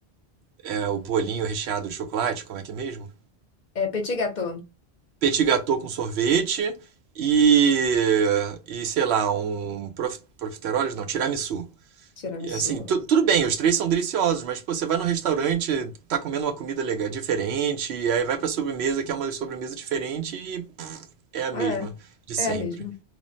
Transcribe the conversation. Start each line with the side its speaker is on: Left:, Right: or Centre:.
Right: é o bolinho recheado de chocolate, como é que é mesmo?
Left: é petit gâteau,
Right: Petit gâteau com sorvete e, e sei lá, um prof, profiteroles, não, tiramisu.
Left: tiramisu.
Right: E assim, tu- tudo bem, os três são deliciosos, mas pô, você vai no restaurante, tá comendo uma comida legal, diferente, e aí vai pra sobremesa, que é uma sobremesa diferente e pff, é a
Left: É.
Right: mesma de sempre.
Left: É mesmo.